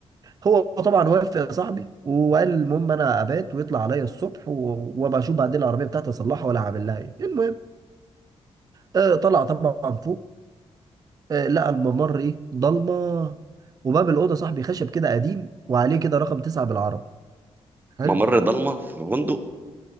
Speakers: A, on the right (about 35°); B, on the right (about 15°).
A: هو طبعا وافق يا صاحبي وقال المهم انا ابات ويطلع عليا الصبح و- وابقى اشوف بعدين العربيه بتاعتي اصلحها ولا هعمل لها ايه المهم آه، طلع طبعا فوق آه، لقى الممر ايه ضلمه وباب الاوضه صاحبي خشب كده قديم وعليه كده رقم تسعة بالعربي حلو
B: ممر ضلمه في فندق